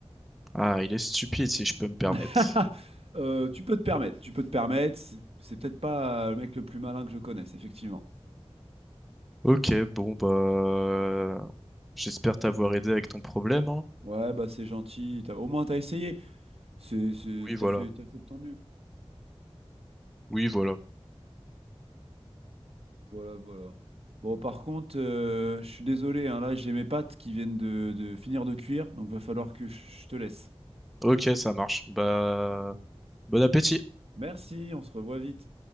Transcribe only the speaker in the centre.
Ah, il est stupide, si je peux me permettre.
Ok, bon, bah, j'espère t'avoir aidé avec ton problème, hein.
Oui,
voilà.
Oui, voilà.
Ok, ça marche. Bah, bon appétit.